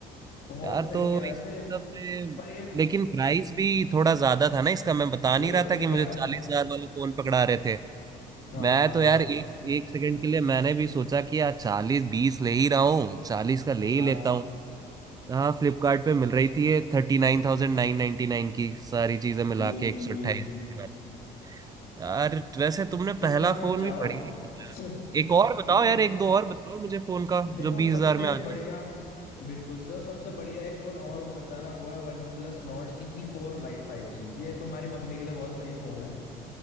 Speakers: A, on the left; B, on the right.
A: बहुत
B: यार
A: सही
B: तो
A: है वैसे
B: इसी सब में
A: पर ये
B: लेकिन प्राइस भी थोड़ा ज्यादा था ना इसका मैं बता
A: वही
B: नहीं रहा
A: तो
B: था
A: मैं
B: कि
A: कह
B: मुझे
A: रहा
B: चालीस
A: हूँ
B: हजार वाला फोन पकड़ा रहे थे
A: हाँ
B: मैं
A: हाँ
B: तो
A: हाँ
B: यार एक एक सेकंड के लिए मैंने भी सोचा कि यार चालीस बीस ले ही रहा हूँ चालीस का ले
A: तो चालीस
B: ही लेता हूँ हाँ फ्लिपकार्ट पे मिल रही थी ये थर्टी नाइन थाउजेंड नाइन नाइनटी नाइन की सारी चीजें
A: हम्म
B: मिला के एक
A: हम्म
B: सौ
A: हम्म।
B: अट्ठाईस जीबी वाली यार वैसे तुमने
A: इतना
B: पहला
A: मत
B: फोन
A: जाओ
B: भी बढ़िया ही बताया
A: हम्म,
B: एक और बताओ
A: इतना
B: यार एक दो और बताओ मुझे फोन का
A: देखो
B: जो बीस
A: सबसे
B: हजार में
A: जो
B: आ
A: बढ़िया
B: जाए
A: बिल्कुल सर सबसे बढ़िया एक फोन और हो सकता है ना वो है OnePlus Nord CE four Lite five G ये तुम्हारी मम्मी के लिए बहुत सही फोन है